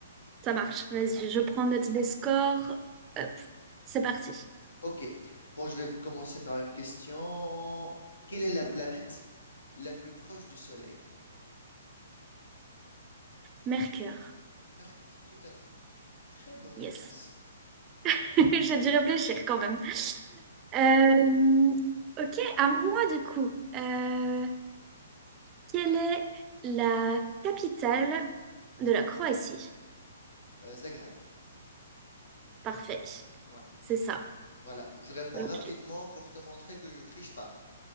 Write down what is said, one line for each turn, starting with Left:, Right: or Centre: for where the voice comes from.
Right: Ça marche. Vas-y, je prends note des scores. Hop, c'est parti.
Left: Ok. Bon, je vais commencer par une question. Quelle est la planète la plus proche du Soleil?
Right: Mercure.
Left: Mercure, tout à fait. Très bonne réponse.
Right: Yes. <laughs> J'ai dû réfléchir quand même. Euh, ok, à moi du coup. Euh, quelle est la capitale de la Croatie?
Left: Euh, Zagreb.
Right: Parfait.
Left: Ouais,
Right: C'est ça.
Left: voilà. Je réponds
Right: Ok.
Left: rapidement pour te montrer que je triche pas.